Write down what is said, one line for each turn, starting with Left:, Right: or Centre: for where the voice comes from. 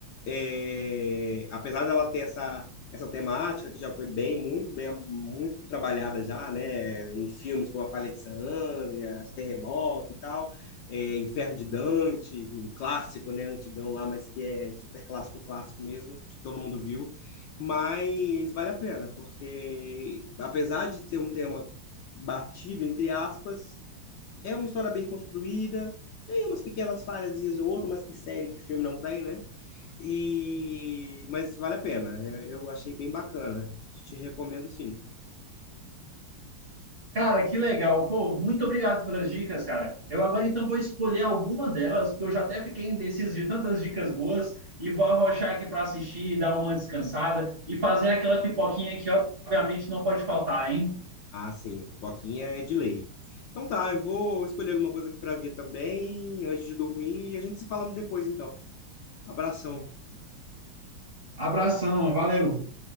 Left: É, apesar dela ter essa, essa temática que já foi bem, muito bem, muito trabalhada já, né? Em filmes como A Falha de San Andreas, Terremoto e tal, é, Inferno de Dante, um clássico, né? Antigão lá, mas que é super clássico, clássico mesmo, que todo mundo viu. Mas vale a pena, porque apesar de ser um tema batido, entre aspas, é uma história bem construída, tem umas pequenas falhazinhas ou outra, mas que série, que filme não tem, né? E... Mas vale a pena, eu, eu achei bem bacana, te recomendo sim.
Right: Cara, que legal. Pô, muito obrigado pelas dicas, cara. Eu agora então vou escolher alguma delas, porque eu já até fiquei indeciso de tantas dicas boas e vou arrochar aqui para assistir, dar uma descansada e fazer aquela pipoquinha que obviamente não pode faltar, hein?
Left: Ah, sim, Pipoquinha é de lei. Então tá, eu vou escolher alguma coisa aqui para ver também, antes de dormir, e a gente se fala depois então. Abração.
Right: Abração, valeu.